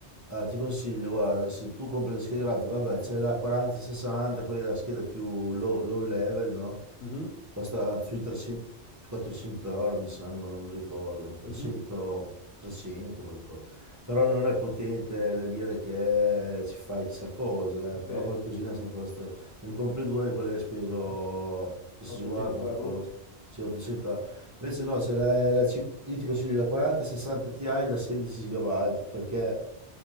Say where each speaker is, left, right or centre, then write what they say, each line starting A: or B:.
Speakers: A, on the right; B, on the left.
A: Ah, ti consiglio, guarda, se tu compri le schede grafiche, vabbè, c'è la 4060, quella è la scheda più low, low level, no?
B: Mhm,
A: Costa sui 300, 400 euro mi sembra, non mi ricordo, 300,
B: mhm,
A: 300 qualcosa. Però non è potente da dire che ci fai chissà cosa,
B: Ok.
A: eh, però qualcosina se lo fa lo stesso. Se ne compri due di quelli hai speso, adesso
B: 800
A: si guarda quanto
B: euro,
A: costa, sì 800 euro. Invece no, se la, la ci- io ti consiglio la 40-60 Ti da 16 GB perché